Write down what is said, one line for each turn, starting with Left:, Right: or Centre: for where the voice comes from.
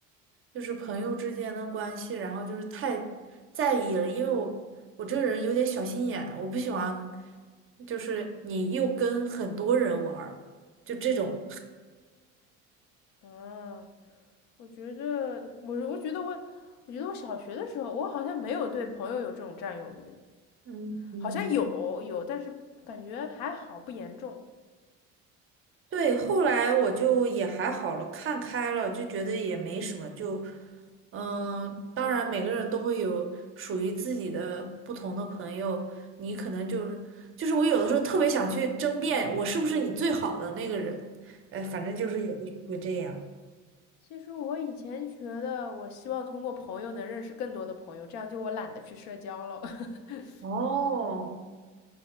Right: 就是朋友之间的关系，然后就是太在意了，因为我我这个人有点小心眼，我不喜欢就是你又跟很多人玩儿，就这种。
Left: 嗯啊，我觉得我我觉得我我觉得我小学的时候，我好像没有对朋友有这种占有欲。
Right: 嗯，
Left: 好像有有，但是感觉还好，不严重。
Right: 对，后来我就也还好了，看开了，就觉得也没什么，就，嗯，当然每个人都会有属于自己的不同的朋友，
Left: 对，
Right: 你可能就是就是我有的时候特别想去争辩，我是不是你最好的那个人，哎，反正就是有的时候会这样。
Left: 其实我以前觉得，我希望通过朋友能认识更多的朋友，这样就我懒得去社交了。<laughs>
Right: 哦，